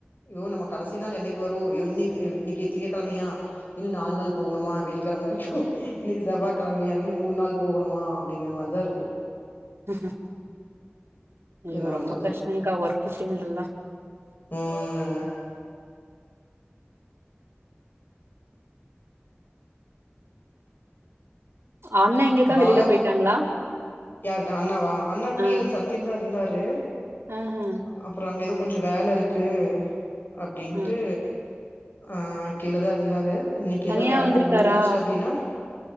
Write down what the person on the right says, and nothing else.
ம் ம் ஐயோ
ரொம்ப கஷ்டங்க்கா வொர்க்கு ஃபீல்டுலா
அண்ண எங்கக்கா
வெளில போயிட்டாங்களா
ஆ
ஆஹ
ஆ
தனியா
வந்திருக்காரா